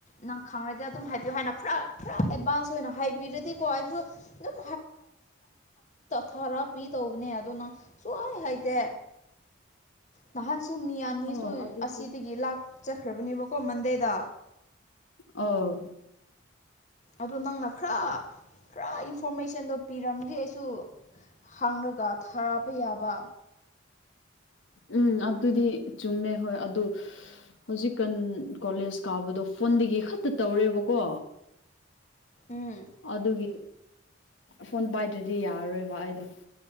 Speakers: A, on the left; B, on the left.
A: ꯅꯪ ꯈꯪꯔꯗꯤ ꯑꯗꯨꯝ ꯍꯥꯏꯕꯤꯌꯨ ꯍꯥꯏꯅ ꯈꯔ ꯈꯔ ꯑꯦꯗꯚꯥꯟꯁ ꯑꯣꯏꯅ ꯍꯥꯏꯕꯤꯔꯗꯤꯀꯣ ꯑꯩꯁꯨ ꯑꯗꯨꯝ ꯊꯔ ꯍꯥꯞꯄꯤ ꯇꯧꯕꯅꯦ ꯑꯗꯨꯅꯪ ꯁꯨꯡꯋꯥꯥꯏ ꯍꯥꯏꯇꯦ ꯅꯍꯥꯟꯁꯨꯨꯝ ꯃꯤ ꯑꯅꯤꯁꯨ
B: ꯑꯣ ꯑꯗꯨꯗꯤ
A: ꯑꯁꯤꯗꯒꯤ ꯂꯥꯛꯆꯈ꯭ꯔꯕꯅꯦꯕꯀꯣ ꯃꯟꯗꯦꯗ
B: ꯑꯥꯎ
A: ꯑꯗꯨꯗ ꯅꯪꯅ ꯈꯔ ꯈꯔ ꯏꯟꯐꯣꯔꯃꯦꯁꯟꯗꯣ ꯄꯤꯔꯝꯗꯤ ꯑꯩꯁꯨ ꯍꯥꯡꯂꯒ ꯊꯥꯛꯄ ꯌꯥꯕ
B: ꯎꯝ ꯑꯗꯨꯗꯤ ꯆꯨꯝꯃꯦ ꯍꯣꯏ ꯑꯗꯨ ꯍꯧꯖꯤꯛꯀꯥꯟ ꯀꯣꯂꯦꯖ ꯀꯥꯕꯗꯣ ꯐꯣꯟꯗꯒꯤ ꯈꯛꯇ ꯇꯧꯔꯦꯕꯀꯣ
A: ꯎꯝ
B: ꯑꯗꯨꯒꯤ ꯐꯣꯟ ꯄꯥꯏꯗ꯭ꯔꯗꯤ ꯌꯥꯔꯔꯣꯏꯕ ꯑꯩꯗ꯭ꯔꯣ